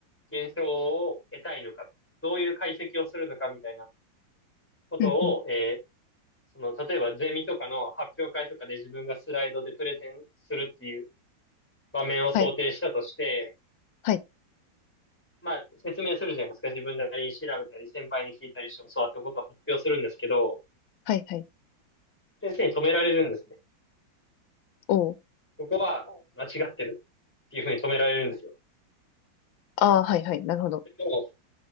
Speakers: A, in the centre; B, on the left.
A: ー、現象を得たいのか、どういう解析をするのかみたいなことを、
B: うんうん。
A: えー、その、例えばゼミとかの発表会とかで自分がスライドでプレゼンするっていう場面を想定したとして、
B: はい。はい。
A: まあ、説明するじゃないですか。自分なりに調べたり、先輩に聞いたりして教わったことを発表するんですけど、
B: はいはい。
A: 先生に止められるんですね。
B: おー。
A: ここは間違ってるっていうふうに止められるんですよ。
B: ああ、はいはい。なるほど。
A: でも、